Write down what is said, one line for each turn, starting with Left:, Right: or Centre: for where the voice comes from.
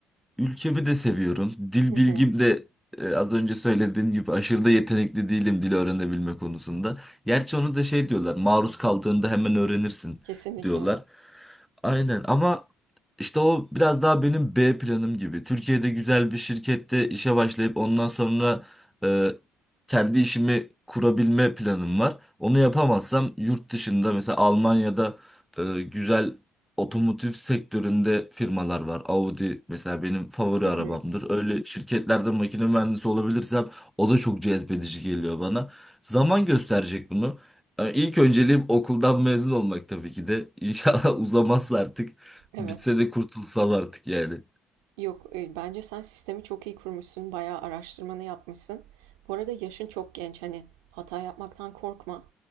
Centre: ülkemi de seviyorum. Dil
Right: Hı hı.
Centre: bilgim de e, az önce söylediğim gibi aşırı da yetenekli değilim dil öğrenebilme konusunda. Gerçi onu da şey diyorlar, maruz kaldığında hemen öğrenirsin
Right: Kesinlikle.
Centre: diyorlar. Aynen ama işte o biraz daha benim B planım gibi. Türkiye'de güzel bir şirkette işe başlayıp ondan sonra e, kendi işimi kurabilme planım var. Onu yapamazsam yurt dışında mesela Almanya'da e, güzel otomotiv sektöründe firmalar var. Audi mesela benim favori
Right: Hı
Centre: arabamdır.
Right: hı.
Centre: Öyle şirketlerde makine mühendisi olabilirsem o da çok cezbedici geliyor bana. Zaman gösterecek bunu. Yani İlk önceliğim okuldan mezun olmak tabii ki de. İnşallah <laughs> uzamazsa artık.
Right: Evet.
Centre: Bitse de kurtulsam artık yani.
Right: Yok, eee, bence sen sistemi çok iyi kurmuşsun, bayağı araştırmanı yapmışsın. Bu arada yaşın çok genç, hani hata yapmaktan korkma.